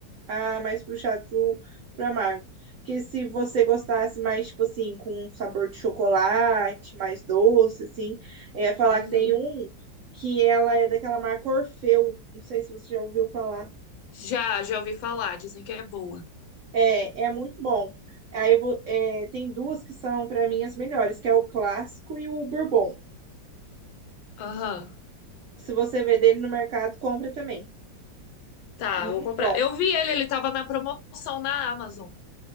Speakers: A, on the right; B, on the left.
A: Ah, mais puxado pro, pro amargo. Porque se você gostasse mais, tipo assim, com um sabor de chocolate, mais doce, assim, é falar
B: Uhum.
A: que tem um que ela é daquela marca Orfeu. Não sei se você já ouviu falar.
B: Já, já ouvi falar, dizem que é boa.
A: É, é muito bom. Aí vo- é, tem duas que são, pra mim, as melhores, que é o clássico e o bourbon.
B: Aham.
A: Se você vê dele no mercado, compra também.
B: Tá,
A: Muito
B: vou comprar.
A: bom.
B: Eu vi ele, ele tava na promoção na Amazon.